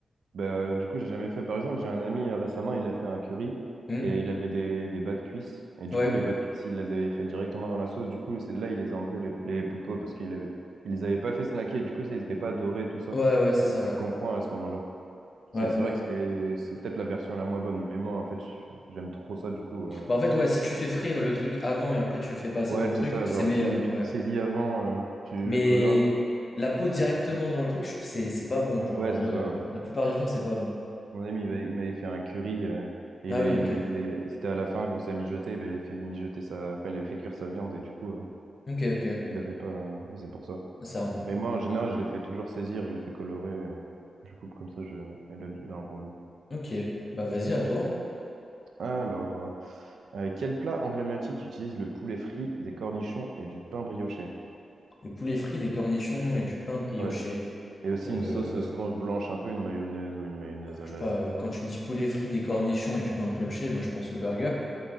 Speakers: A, on the right; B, on the left.
A: bah euh, du coup, j'ai jamais fait. Par exemple, j'ai un ami euh, récemment, il a fait un curry
B: Hmm.
A: et il avait des, des bas de cuisse. Et du
B: Ouais,
A: coup, les bas de cuisse, il les avait fait directement dans la sauce. Du coup, c'est de là, il les a enlevés, les, les bouts de peau, parce qu'il avait, il les avait pas fait snacker. Du coup, ça, ils étaient pas dorés, tout ça.
B: ouais, ouais, c'est ça,
A: Je
B: ouais.
A: comprends à ce moment-là. C'est
B: Ouais,
A: c'est
B: bah,
A: vrai que c'est c'est peut-être la version la moins bonne. Mais moi, en fait, j'aime trop ça, du coup. euh.
B: bah en fait, ouais, si tu fais frire le truc avant et après tu le fais passer
A: Ouais,
B: dans le
A: c'est
B: truc,
A: ça.
B: c'est
A: Genre,
B: meilleur,
A: tu, tu
B: ouais.
A: le saisis avant, euh, tu
B: Mais
A: le colores.
B: la peau directement
A: Et tu...
B: dans le truc, je trouve que c'est c'est pas bon, genre,
A: Ouais,
B: en
A: c'est
B: vrai,
A: ça,
B: euh,
A: ouais.
B: la plupart du temps, c'est pas bon.
A: Mon ami, il va- il m'avait fait un curry. euh, et
B: Ah
A: il avait-
B: oui,
A: il
B: ok.
A: avait- c'était à la fin que ça mijotait. ben, il avait fait mijoter sa, enfin, il avait fait cuire sa viande. Et du coup, euh,
B: Ok, ok.
A: il l'avait pas. euh, c'est pour ça.
B: Ah, C'est un bon.
A: Mais moi, en général, je les fais toujours saisir. Je les fais colorer. euh, je le coupe comme ça. Je, il a, elle a un bon goût.
B: Ok, bah vas-y, à toi. hein.
A: Alors, euh, euh, quel plat emblématique utilise le poulet frit, des cornichons et du pain brioché?
B: Des poulets frits, des cornichons et du pain brioché.
A: Ouais. Et aussi
B: Euh,
A: une sauce euh, souvent blanche, un peu une mayonnaise ou une mayonnaise à
B: je
A: l'ail.
B: sais pas, euh, quand tu me dis poulet frit, des cornichons et du pain brioché, moi je pense au burger.